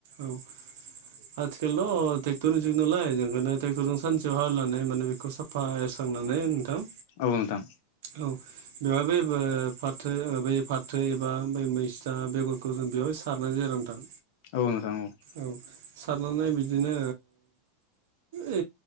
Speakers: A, on the right; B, on the left.
A: औ आथिखालावथ' ट्रेक्टरनि जुग नालाय जों ट्रेक्टर जों सानसेयावनो हालेवनानै माने बे खौ साफा एवस्रांनानै नोंथां
B: औ नोंथां
A: औ बेवहाय बै फाथो बै फाथो एबा बै मैसथा बेगर खौ जों बेवहाय सारनाय जायो नोंथां
B: औ नोंथां औ
A: औ सारनानै बिदिनो ओ